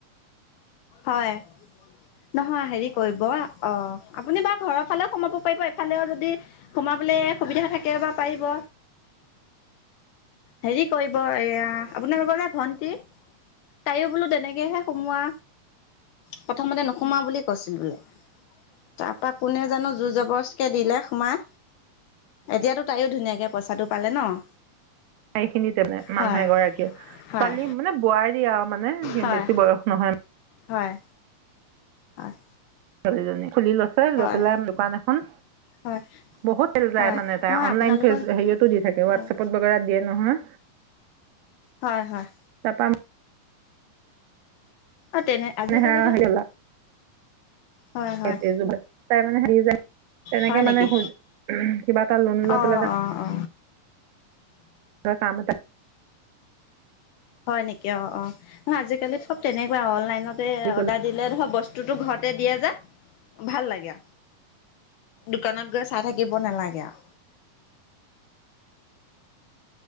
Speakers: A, on the left; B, on the right.
A: হয়। নহয় হেৰি কৰিব অ আপুনি বাৰু ঘৰৰ ফালেও সোমাব পাৰিব এফালেও যদি সোমাব বোলে সুবিধা থাকে বা পাৰিব
B: <inaudible>
A: হেৰি কৰিব এয়া আপোনালোকৰ যে ভন্টি তাইও বোলো তেনেকেহে সোমোৱা প্ৰথমতে, নোসোমাও বুলি কৈছিল, বোলে। তাৰপা, কোনে জানোঁ! জোৰজবৰজকে দিলে সোমাই। এতিয়াতো, তাইয়ো ধুনীয়াকে পইচাটো পালে ন'!
B: সেইখিনি তেনে মানুহ
A: হয়
B: এগৰাকীয়ে,
A: হয়
B: ছোৱালী মানে বোৱাৰি আৰু মানে
A: হয়
B: বেছি বয়স নহয়।
A: হয় হয়
B: ছোৱালীজনী খুলি লৈছে লৈ
A: হয়
B: পেলাই দোকান এখন
A: হয়
B: বহুত
A: হয়
B: যায় মানে তাই
A: নহয়
B: অনলাইন
A: আপোনালোকৰ
B: ফে হেৰীয়াটো দি থাকে হোৱাটছএপ
A: হয়
B: নহয়।
A: হয় হয়।
B: তাৰপা
A: অ তেনে আজিকালিতো
B: মানে হেৰি
A: হয় হয়
B: <unintelligible> তাই মানে তেনেকে
A: হয় নেকি
B: মানে হ কিবা এটা লোন লৈ
A: অ
B: পেলাই
A: অ অ
B: কাম এটাত
A: হয় নেকি অ', অ' ময় আজিকালি চব তেনেকুৱা অনলাইনত যে
B: কৰিলোঁ
A: অৰ্ডাৰ দিলে ধৰ বস্তুতটো ঘৰতে দিয়া যে। ভাল লাগে দোকানত গৈ চাই থাকিব নালাগে আও।
B: <inaudible>